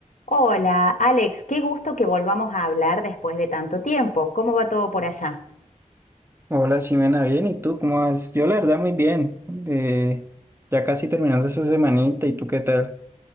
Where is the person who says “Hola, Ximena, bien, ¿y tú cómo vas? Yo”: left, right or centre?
Right